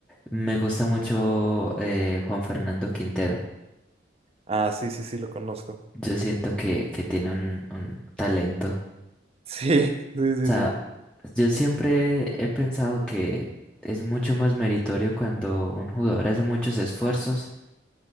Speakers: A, in the centre; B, on the right (about 30°).
A: Me gusta mucho eh, Juan Fernando Quintero.
B: Ah, sí, sí, sí, lo conozco.
A: Yo siento que, que tiene un, un talento.
B: Sí, <laughs> sí, sí,
A: O sea,
B: sí.
A: yo siempre he pensado que es mucho más meritorio cuando un jugador hace muchos esfuerzos,